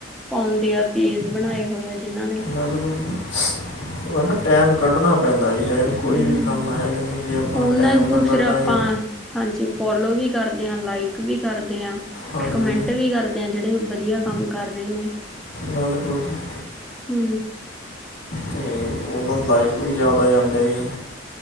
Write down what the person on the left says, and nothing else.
ਚੱਲ ਹੁਣ ਓ ਨਾ ਟੈਮ ਕੱਢਣਾ ਪੈਂਦਾ ਜੀ। ਹੈ ਨੀ ਕੋਈ
ਵੀ ਕੰਮ ਐ ਕਿ ਨ‌ਈ ਜੇ ਆਪਾਂ
ਟਾਈਮ
ਨਾ
ਕੱਢਾਂਗੇ
ਹਾਂਜੀ
ਬਿਲਕੁਲ ਜੀ।
ਤੇ ਓਨਾਂ ਨੂੰ ਲਾਇਕ ਵੀ ਜਾਦਾ ਆ ਜਾਂਦਾ ਜੀ।